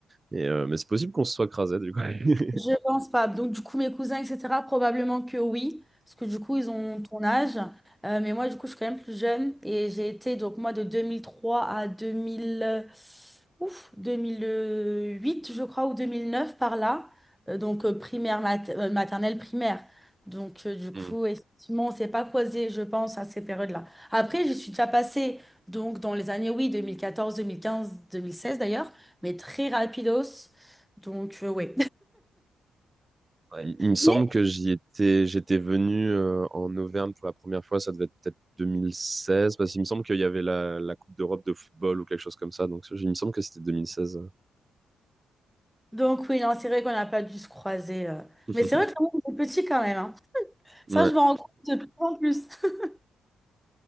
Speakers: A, on the right; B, in the centre.
A: Mais, euh, mais c'est possible qu'on se soit crasé, du coup. <laughs>
B: Je pense pas. Donc, du coup, mes cousins, etc., probablement que oui, parce que du coup, ils ont ton âge. Euh, mais moi, du coup, je suis quand même plus jeune et j'ai été, donc, moi, de 2003 à 2000, euh, ouf, deux mille huit je crois, ou 2009 par là. Euh, donc, euh, primaire, mat- euh, maternelle, primaire. Donc, euh, du
A: Hmm.
B: coup, effectivement, on s'est pas croisés, je pense, à ces périodes-là. Après, je suis déjà passée, donc, dans les années, oui, deux deux mille mille quatorze deux mille quinze deux mille seize d'ailleurs, mais très rapidos. Donc, oui.
A: Ouais, il il me semble
B: <laughs>
A: que j'y étais, j'étais venu euh, en Auvergne pour la première fois, ça devait être peut-être 2016, parce qu'il me semble qu'il y avait la, la Coupe d'Europe de football ou quelque chose comme ça. Donc, il me semble que c'était 2016.
B: Donc oui, non, c'est vrai qu'on n'a pas dû se croiser. euh.
A: <laughs>
B: Mais c'est vrai que le monde est petit quand même. hein. Ça,
A: Ouais.
B: je me rends compte de plus en plus. <laughs>